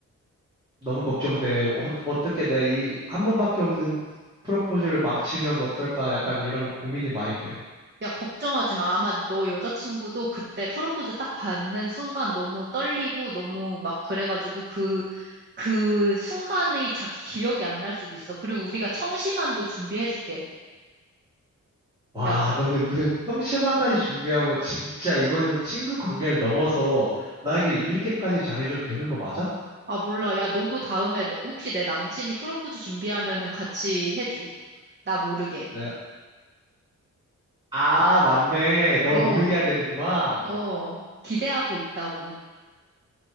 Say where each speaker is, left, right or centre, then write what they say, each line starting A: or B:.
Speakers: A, on the right; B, on the right.
A: 너무 걱정돼. 어, 떻게 내가 이 한 번밖에 없는 프로포즈를 망치면 어떨까? 약간 이런 고민이 많이 돼.
B: 야, 걱정하지 마. 아마 너 여자친구도 그때 프로포즈 딱 받는 순간 너무 떨리고 너무 막 그래가지고 그, 그 순간이 자, 기억이 안 날 수도 있어. 그리고 우리가 청심환도 준비해줄게.
A: 와,
B: 야,
A: 너네 무슨 형식만까지 준비하고 진짜 이거는 친구 관계를 넘어서 나에게 이렇게까지 잘해줘도 되는 거 맞아?
B: 아, 몰라. 야, 너도 다음에 내- 혹시 내 남친이 프로포즈 준비하면은 같이 해줘. 나 모르게.
A: 내가 아, 맞네. 너
B: 어.
A: 모르게 해야 되는구나.
B: 어, 기대하고 있다고.